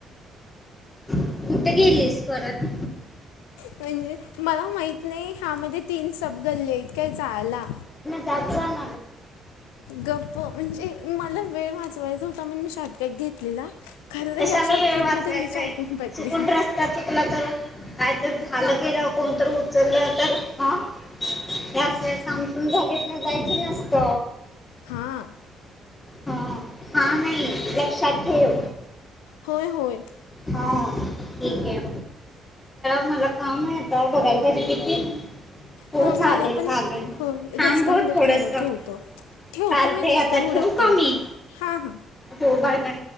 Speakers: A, on the left; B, on the left.
A: कुठं गेलीस परत
B: म्हणजे मला माहित नाही ह्यामध्ये तीन सब गल्ले इतके झाला.
A: त्याजनग
B: गप्प म्हणजे मला वेळ वाचवायच. म मी शॉर्टकट घेतलेला खरं
A: कशाला
B: या शॉर्टकट
A: वेळ वाचवायचा
B: मध्ये मी चडकून
A: आहे
B: पडले.
A: चुकून रस्ता चुकला तर कायतरी झालं गेलं कोणत उचललं तर ह याल्या सामसुम जागेत ना जायच नसत.
B: हां
A: हा हा नाही लक्षात ठेव.
B: होय होय
A: हा ठीक आहे. मला काम आहे आेत बघायला पाहिजे किती? हो
B: ह
A: चालेल
B: मला पण
A: चालेल
B: हो
A: थांब
B: रस्ता
A: हो
B: उडत
A: थोडंसं
B: जवाय ठ होतो. ठेवतो
A: चालतंय
B: मी नसता
A: आता ठेवू
B: उडकते
A: का मी
B: हा हा.
A: हो बाय बाय